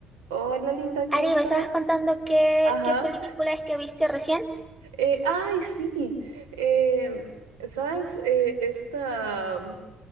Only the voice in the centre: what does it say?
Ari,
¿me estabas contando qué,
qué película es que viste recién?